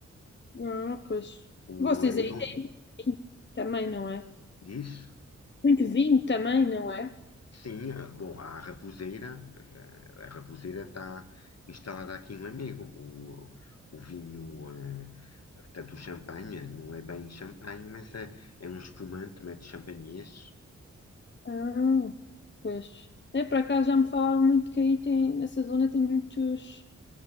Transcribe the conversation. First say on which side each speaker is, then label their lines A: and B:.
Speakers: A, on the left; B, on the left.
A: Ah, pois.
B: O,
A: Vocês
B: eh,
A: aí
B: eu não
A: têm vinho também, não é?
B: diz?
A: Muito vinho também, não é?
B: Sim, eh, bom, há a Raposeira. eh, A Raposeira está instalada aqui em Lamego. O, o vinho, eh, tanto o champanhe, não é bem champanhe, mas é, é um espumante, mete champanhês.
A: Ah, pois. É, por acaso já me falaram muito que aí tem, nessa zona tem muitos,